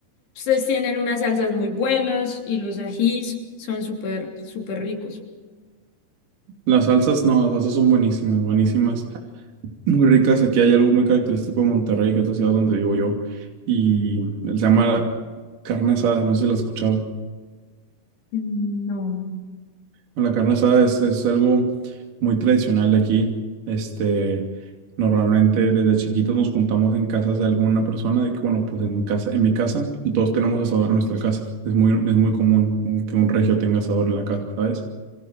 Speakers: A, on the left; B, on the right.
A: Ustedes tienen unas salsas muy buenas y los ajís son súper, súper ricos.
B: Las salsas, no, las salsas son buenísimas, buenísimas, muy ricas. Aquí hay algo muy característico de Monterrey, que es la ciudad donde vivo yo, y se llama carne asada, no sé si la has escuchado.
A: Mm, No.
B: Bueno, la carne asada es, es algo muy tradicional de aquí. Este, normalmente desde chiquitos nos juntamos en casas de alguna persona, de que bueno, pues en mi casa, en mi casa, y todos tenemos asador en nuestra casa. Es muy, es muy común un- que un regio tenga asador en la casa, ¿sabes?